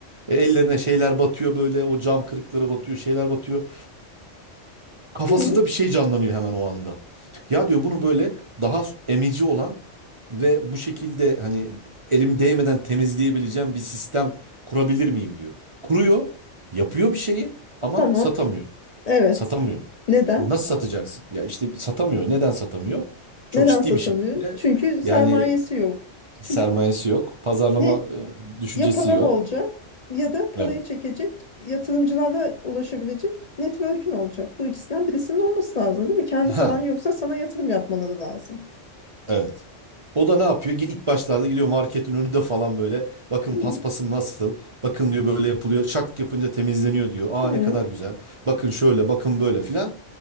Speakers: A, on the right; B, on the left.
A: E, ellerine şeyler batıyor böyle o cam kırıkları batıyor şeyler batıyor. Kafasında
B: Hı hı.
A: bir şey canlanıyor hemen o anda. Ya diyor bunu böyle daha emici olan ve bu şekilde hani elim değmeden temizleyebileceğim bir sistem kurabilir miyim diyor. Kuruyor, yapıyor bir şeyi ama
B: Tamam.
A: satamıyor.
B: Evet.
A: Satamıyor.
B: Neden?
A: Bu nasıl satacaksın? Ya işte satamıyor. Neden satamıyor? Çok
B: Neden
A: ciddi
B: satamıyor?
A: bir şekilde
B: Çünkü sermayesi
A: yani
B: yok.
A: sermayesi
B: Çünkü
A: yok, pazarlama
B: ne
A: e, düşüncesi
B: ya paran
A: yok.
B: olacak ya da parayı
A: Evet.
B: çekecek yatırımcılara ulaşabilecek network'ün olacak. Bu ikisinden birisinin olması lazım, değil mi? Kendi
A: <laughs>
B: paran yoksa
A: Ha,
B: sana yatırım yapmaları lazım.
A: Evet. O da ne yapıyor? İlk başlarda gidiyor marketin önünde falan böyle. Bakın
B: Hı
A: paspasım nasıl? Bakın diyor böyle yapılıyor. Şak yapınca temizleniyor diyor. Aa
B: hı.
A: ne kadar güzel. Bakın şöyle, bakın böyle filan.